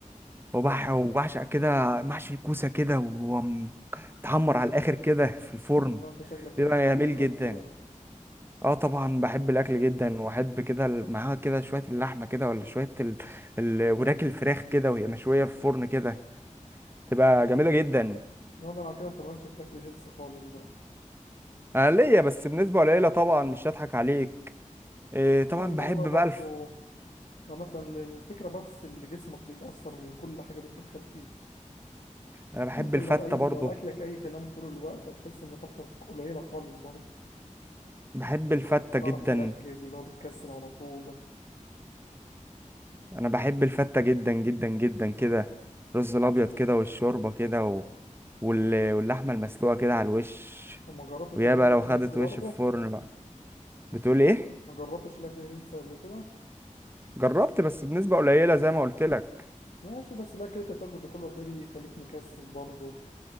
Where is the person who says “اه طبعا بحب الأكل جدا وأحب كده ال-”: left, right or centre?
Right